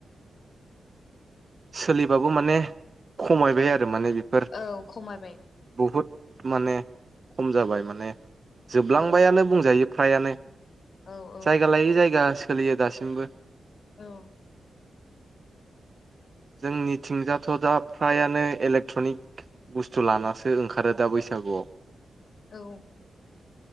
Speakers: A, on the right; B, on the left.
A: सोलिबाबो माने खमायबाय आरो माने बे
B: औ खमायबाय
A: बहुद माने खम जाबाय माने जोबलांबायानो
B: ओं
A: बुंजायो फ्रायानो
B: औ औ
A: जायगा लायै जायगा सोलियो दासिमबो
B: औ
A: जोंनिथिंजाथ' दा फ्रायानो इलेक्ट्रनिक बुस्थु लानासो ओंखारो दा बैसागोआव
B: औ